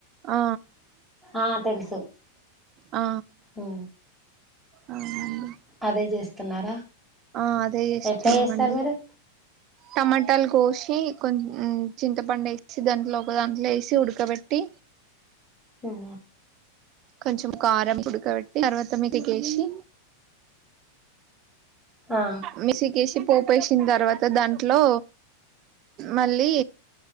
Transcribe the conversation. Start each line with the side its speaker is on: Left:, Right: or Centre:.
Right: ఆ
Centre: ఆ తెలుసు
Right: ఆ
Centre: మ్మ్
Right: అవునండి
Centre: అదే చేస్తున్నారా.
Right: ఆ అదే చేస్తామండి
Centre: ఎట్లా చేస్తారు మీరు
Right: టమాటాలు కోసి కొంచ చింతపండు వేసి దాంట్లో ఒక దాంట్లో వేసి ఉడకబెట్టి
Centre: మ్
Right: కొంచెం కారం పడుకబట్టి తర్వాత మీటకేసి
Centre: ఆ
Right: మిసికిసిపో ప్పు వేసిన తర్వాత దాంట్లో మళ్ళీ